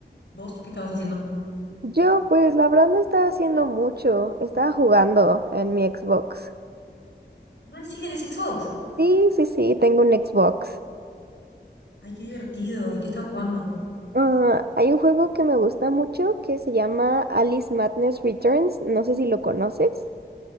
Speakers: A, on the left; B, on the right.
A: ¿Vos qué estabas haciendo?
B: Yo, pues, la verdad no estaba haciendo mucho. Estaba jugando en mi Xbox.
A: Igual sí tenés Xbox.
B: Sí, sí, sí, tengo un Xbox.
A: Ay, qué divertido. ¿Y qué estabas jugando?
B: Ah, hay un juego que me gusta mucho que se llama Alice Madness Returns. No sé si lo conoces.